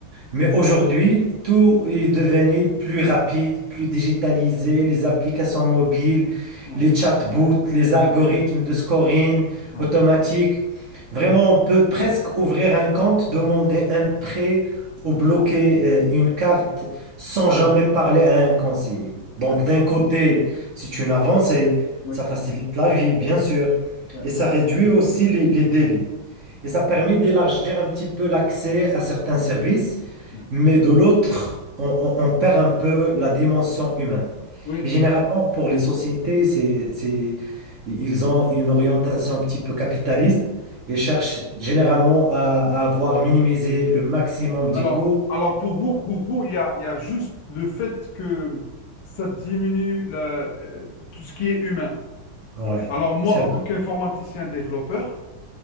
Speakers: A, on the right (about 50°); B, on the left (about 80°).
A: Mais aujourd'hui, tout est devenu plus rapide, plus digitalisé, les applications mobiles,
B: Ah,
A: les chatbots, les algorithmes de scoring
B: ah,
A: automatique. Vraiment, on peut presque ouvrir un compte, demander un prêt ou bloquer euh, une carte sans jamais parler à un conseiller. Donc,
B: ouais.
A: d'un côté, c'est une avancée,
B: Oui.
A: ça facilite la vie, bien sûr,
B: oui, Ouais.
A: et ça réduit aussi les les délais. Et ça permet
B: Oui.
A: d'élargir un petit peu l'accès à certains services.
B: Oui.
A: Mais de l'autre, on, on- on perd un peu la dimension humaine.
B: Oui.
A: Mais généralement, pour les sociétés, c'est, c'est- ils ont une orientation un petit peu capitaliste et
B: Ouais.
A: cherchent généralement à, à avoir minimisé le maximum
B: Alors,
A: du coût.
B: alors pour vous, pour vous, il y a, il y a juste le fait que ça diminue la- euh, tout ce qui est humain.
A: Ouais,
B: Alors, moi,
A: c'est
B: en tant
A: vrai.
B: qu'informaticien développeur,